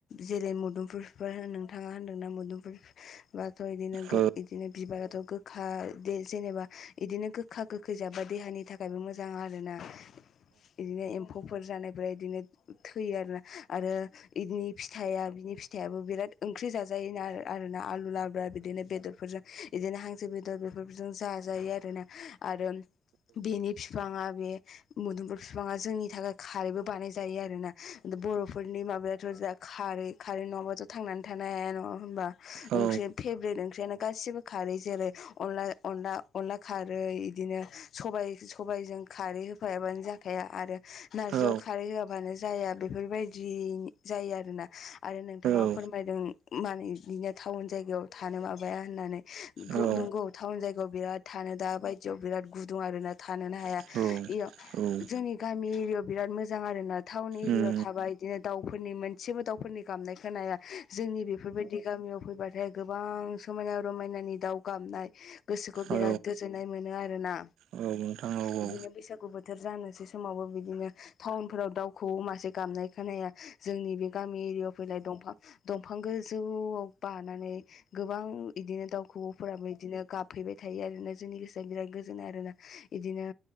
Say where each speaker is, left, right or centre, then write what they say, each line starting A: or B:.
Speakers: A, on the left (about 65°); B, on the right (about 80°).
A: जेरै मुदुमफोरफोर नोंथाङा होनदों मोनबाथ' बिदिनोदिनो
B: औ
A: बिबाराथ' गो गोखा जेनेबा बिदिनो गोखा गोखै जाबा देहानि थाखायबो मोजां आरो ना बिदिनो एम्फौफोर जानायफ बिदिनो थैयो आरोना आरो बिनि फिथाइया बिनि फिथाइयाबो बिराद ओंख्रि जाजायोना आरो ना आलु लाब्रा बिदिनो बेदरफोरजों बिदिनो हांसो बेदर बेफोरजों जाजायो आरोना आरो बेनि बिफाङा बे मुदुमगुर बिफाङा जोंनि थाखाय खारैबो बानाय जायो आरोना बर'फोरनि माबायाथ' जा खारै खारै नङाब्लााथ' थांनानै थानायानो हा नङा होनबा
B: औ
A: ओंख्रि फेब्रिट ओंख्रियानो गासिबो खारै जेरै अनला अनला अनला खारै बिदिनो स सबायजों खारै होफायाबानो ज या आरो नारजियाव
B: औ
A: खारै होआबानो जाया बेफोरबायदि जायो आरोना आरो नोंथाङा
B: औ
A: फोरमायदों माने बिदिनो टाउन जायगायाव थानो माबाया होननानै। नंगौ
B: औ
A: टाउन जायगायाव बिराद थानो दा बायदियाव बिराद गुदुं आरोना थानोनो हाया
B: औ
A: इयाव जोंनि गामि एरियायाव बिराद मोजां आर ना टाउन एरियाायाव
B: उम
A: थाबा बिदिनो दाउफोरनि मोनसेबो दाउफोरनि गामनाय खोनाया जोंनि बेफोरबायदि गामियाव फैबाथाय गोबां समायना रमायनानि दाउ गाबनाय गोसोखौ बिराद
B: औ
A: गोजोननाय मोनो आरोना।
B: औ नोंथां औ
A: बिदिनो
B: औ
A: बैसागु बोथोर जानोसै समावबो बिदिनो टाउनफोराव दाउखौ मासे गामनाय खोनाया जोंनि बे गामि एरियायाव फैलाय दंफां दंफां गोजौआव बानानै गोबां बिदिनो दाउखौऔ फोराबो बिदिनो गाबहैबाय थायो आरोना जोंनि गोसोआ बिराद गोजोनो आरोना बिदिनो